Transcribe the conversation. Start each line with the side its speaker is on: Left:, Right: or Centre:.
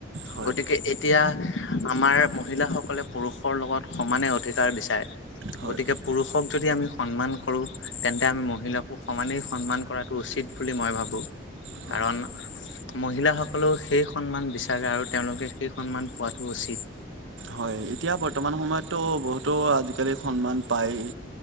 Right: হয়
Left: গতিকে এতিয়া আমাৰ মহিলাসকলে পুৰুষৰ লগত সমানে অধিকাৰ বিচাৰে
Right: হয়
Left: গতিকে পুৰুষক যদি আমি সন্মান কৰো তেন্তে আমি মহিলাকো সমানেই সন্মান কৰাটো উচিত বুলি মই ভাবো
Right: হয়
Left: কাৰণ মহিলাসকলেও সেই সন্মান বি চাগে আৰু তেওঁলোকে সেই সন্মান পোৱাটো উচিত
Right: হয় এতিয়া বৰ্তমান সময়ততো বহুতো আজিকালি সন্মান পায়েই